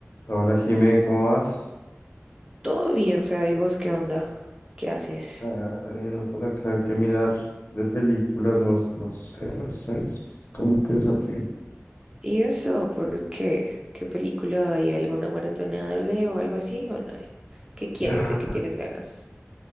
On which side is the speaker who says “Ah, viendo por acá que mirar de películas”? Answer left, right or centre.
Left